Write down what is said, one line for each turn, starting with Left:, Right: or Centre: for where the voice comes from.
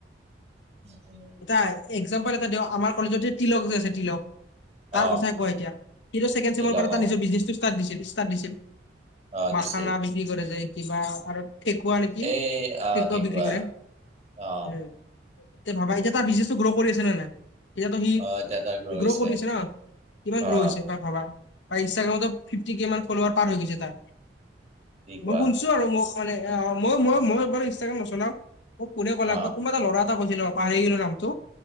Right: উম, উ
Left: এটা এক্সাম্পল এটা দিও, আমাৰ কলেজত যে তিলক যে আছে তিলক
Right: অ
Left: তাৰ কথাই কোৱা এতিয়া, সিতো চেকেণ্ড
Right: তিলক
Left: ছেমৰপৰা
Right: অ
Left: নিজৰ বিজনিচটো ষ্টাৰ্ট দিছিল, ষ্টাৰ্ট দিছিল।
Right: অ দিছিল
Left: মাখানা বিক্ৰী কৰে যে কিবা আৰু ঠেকুৱা নেকি,
Right: এই আহ
Left: ঠেকুৱা
Right: ঠিকুৱা
Left: বিক্ৰী কৰে,
Right: অ
Left: উম। এতিয়া ভাবা, এতিয়া তাৰ বিজনেছটো গ্ৰ' কৰি আছে নে নাই? এতিয়াতো সি,
Right: অ এতিয়া তাক ৰৈছে
Left: গ্ৰ' কৰিছে ন' কিমান গ্ৰ'
Right: অ
Left: হৈছে তাৰ ভাবা। বা ইনষ্টাগ্ৰামতো ফিফটি কে মান ফলোৱাৰ পাৰ হৈ গৈছে তাৰ।
Right: কি কোৱা
Left: মই শুন ছো আৰু মোক মানে, মই-মই-মই বাৰু ইনষ্ট্ৰাগ্ৰাম নচলাওঁ। মোক কোনে ক'লাক
Right: অ
Left: বা কোনোবা এটা ল'ৰা এটা কৈছিলে পাহৰি গিলো নামটো,